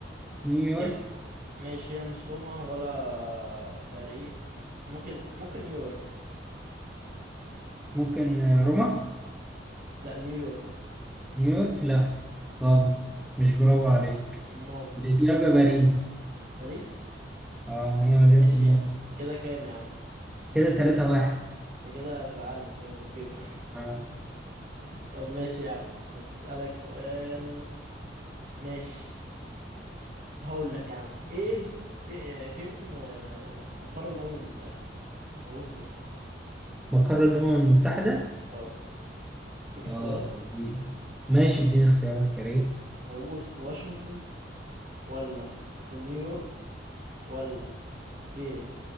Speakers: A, in the centre; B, on the right (about 50°).
A: نيويورك
B: هي ماشي هي مش روما ولا باريس ممكن ممكن نيويورك
A: ممكن آه، روما
B: لا نيويورك
A: نيويورك لا غلط مش برافو عليك
B: امال
A: الإجابة باريس
B: باريس
A: اه هي مدينة
B: ماشي
A: النور
B: كده كام يا عم
A: كده تلاتة واحد
B: انت كده هتزعلني خالص الجيم ده <laughs>
A: اه
B: طب ماشي يا عم هتسألك سؤال ماشي هقول لك يا عم ايه في فين آه، مقر الأمم المتحدة موجود فين
A: مقر الأمم المتحدة
B: اه اديك اختيارات
A: اه دي ماشي اديني اختيارات يا ريت
B: موجود في واشنطن ولا في نيويورك ولا في